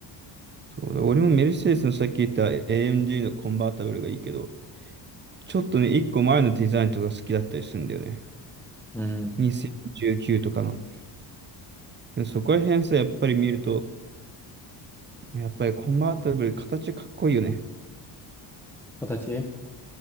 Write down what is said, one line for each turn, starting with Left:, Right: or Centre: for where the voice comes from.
Right: そうだ、俺もメルセデスのさっき言った AMG のコンバータブルがいいけど、ちょっとね、一個前のデザインとか好きだったりするんだよね。
Centre: うん。
Right: 2019とかの。でもそこら辺さ、やっぱり見ると、やっぱりコンバータブル、形かっこいいよね。
Centre: 形